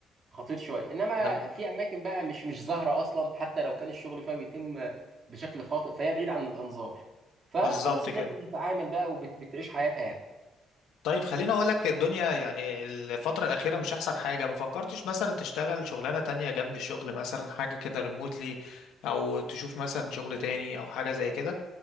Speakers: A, on the right; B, on the left.
A: خطير شوية انما
B: نعم،
A: في اماكن بقى مش مش ظاهرة اصلا حتى لو كان الشغل فيها بيتم بشكل خاطئ فهي بعيد عن الانظار فخلاص
B: بالظبط
A: الناس
B: كده
A: بتتعامل بقى وبتعيش حياتها يعني
B: طيب خليني اقول لك الدنيا يعني الفترة الأخيرة مش أحسن حاجة ما فكرتش مثلا تشتغل شغلانة تانية جنب الشغل مثلا حاجة كده ريموتلي أو تشوف مثلا شغل تاني أو حاجة زي كده